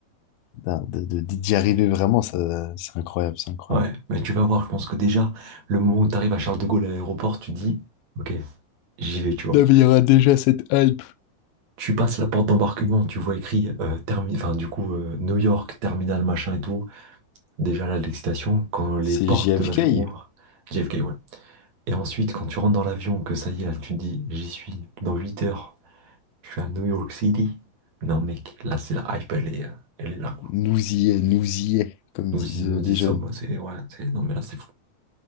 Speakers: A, on the left (about 85°); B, on the right (about 55°).
A: ben, de- de- d'y arriver vraiment, ça, c'est incroyable, c'est incroyable.
B: Ouais, mais tu vas voir, je pense que déjà, le moment où t'arrives à Charles de Gaulle à l'aéroport, tu dis, ok, j'y vais, tu vois.
A: Non, mais il y aura déjà cette hype.
B: Tu passes la porte d'embarquement, tu vois écrit, euh, termi- enfin, du coup, euh, New York, terminal, machin et tout. Déjà, là, de l'excitation, quand les
A: C'est
B: portes
A: JFK.
B: de l'avion ouvrent, JFK, ouais. Et ensuite, quand tu rentres dans l'avion, que ça y est, là, tu te dis, j'y suis, dans 8 heures, je suis à New York City. Non, mec, là, c'est la hype, elle est, elle est là, quoi.
A: Nous y est, nous y est, comme
B: Nous
A: disent
B: y, nous
A: euh,
B: y
A: les
B: sommes,
A: jeunes.
B: c'est ouais, c'est- non mais là c'est fou.